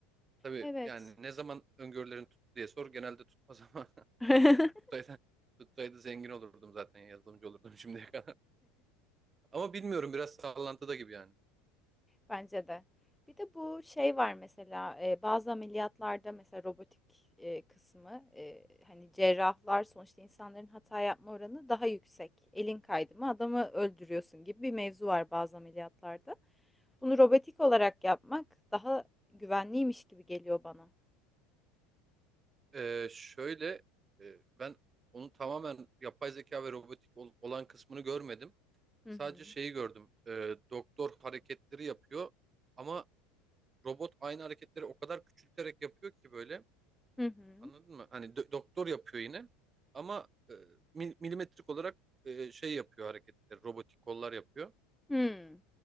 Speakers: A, on the right; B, in the centre.
A: Tabii
B: Evet.
A: yani ne zaman öngörülerin tuttu diye sor genelde tutmaz ama
B: <laughs>
A: <laughs> tutsaydı, tutsaydı zengin olurdum zaten yazılımcı olurdum şimdiye kadar. <laughs> Ama bilmiyorum biraz sallantıda gibi yani.
B: Bence de. Bir de bu şey var mesela e, bazı ameliyatlarda mesela robotik e, kısmı e, hani cerrahlar sonuçta insanların hata yapma oranı daha yüksek. Elin kaydı mı adamı öldürüyorsun gibi bir mevzu var bazı ameliyatlarda. Bunu robotik olarak yapmak daha güvenliymiş gibi geliyor bana.
A: E, şöyle e, ben onu tamamen yapay zeka ve robotik ol- olan kısmını görmedim.
B: Hı
A: Sadece
B: hı.
A: şeyi gördüm. E, doktor hareketleri yapıyor ama robot aynı hareketleri o kadar küçülterek yapıyor ki böyle.
B: Hı hı.
A: Anladın mı? Hani do- doktor yapıyor yine ama e, mil- milimetrik olarak e, şey yapıyor hareketleri, robotik kollar yapıyor.
B: Hı.